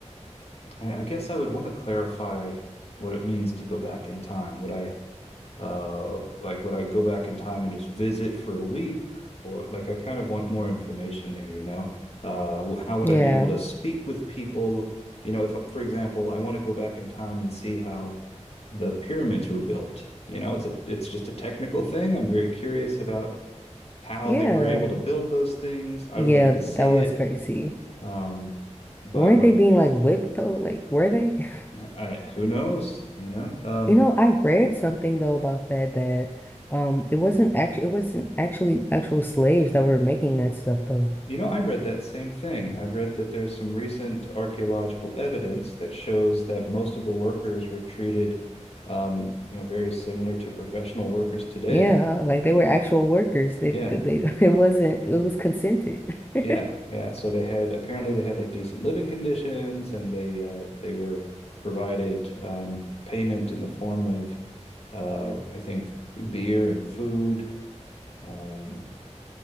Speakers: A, on the left; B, on the left.
A: I, I guess I would want to clarify what it means to go back in time. Would I? Uh, like would I go back in time and just visit for a week? Or like I kind of want more information there, you know? Uh, how would
B: Yeah.
A: I be able to speak with people? You know, if for example, I want to go back in time and see how the pyramids were built. You know, it's a it's just a technical thing. I'm very curious about how
B: Yeah.
A: they were able to build those things. I
B: Yeah,
A: would like to see
B: that was
A: it.
B: crazy.
A: Um, but
B: Weren't
A: what
B: they being like whipped though? Like, were they? <laughs>
A: I who knows, you know? Um,
B: You know, I read something though about that that um it wasn't actually it wasn't actually actual slaves that were making that stuff though.
A: You know, I read that same thing. I read that there's some recent archaeological evidence that shows that most of the workers were treated, um, you know, very similar to professional workers today.
B: Yeah, like they were actual workers. They
A: Yeah,
B: they, they <laughs> it wasn't it was consented. <laughs>
A: yeah, yeah. So they had apparently they had like decent living conditions, and they uh, they were provided um, payment in the form of, uh, I think, beer and food. Um,